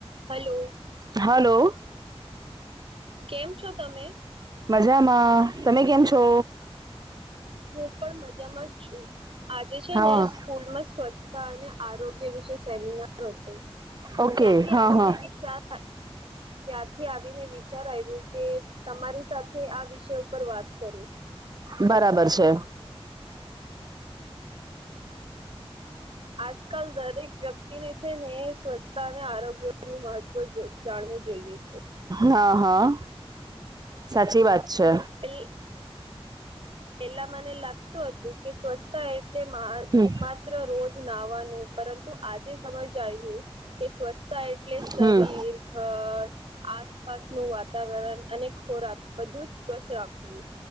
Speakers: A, on the right (about 60°); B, on the right (about 40°).
A: Hello.
B: Hello.
A: કેમ છો તમે.
B: મજામાં તમે કેમ છો.
A: હું પણ મજામાં જ છું આજે છે
B: હા
A: ને સ્કૂલ માં સ્વચ્છ અને આરોગ્ય વિશે સેમિનાર હતો
B: ઓકે
A: ત્યાંથી
B: હા
A: આવીને
B: હા
A: વિચાર હા <inaudible> ત્યાંથી આવીને વિચાર આવ્યું કે તમારી સાથે આ વિષય ઉપર વાત કરું.
B: બરાબર છે.
A: આજકાલ દરેક વ્યક્તિને છે ને સ્વચ્છતા અને આરોગ્ય નું મહત્વ જાણવું જોઈએ છે.
B: હા હા સાચી વાત છે.
A: એલ પેલા મને લાગતું હતું કે સ્વચ્છતા એટલે મા
B: હમ
A: રોજ નાવાનું પરંતુ આજે સમજ આવ્યું કે સ્વસ્થ એટલે શરીર
B: હમ
A: ઘર આસપાસનું વાતાવરણ અને ખોરાક બધું જ સ્વચ્છ રાખવું.